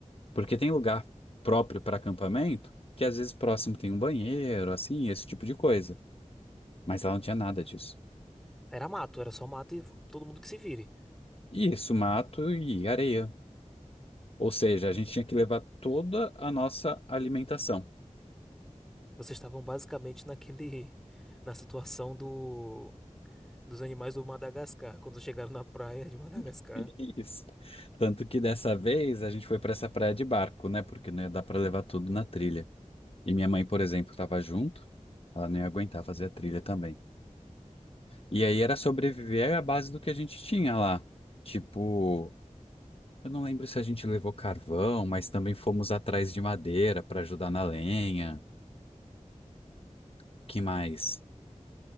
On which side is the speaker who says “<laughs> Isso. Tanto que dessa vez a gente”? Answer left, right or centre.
Left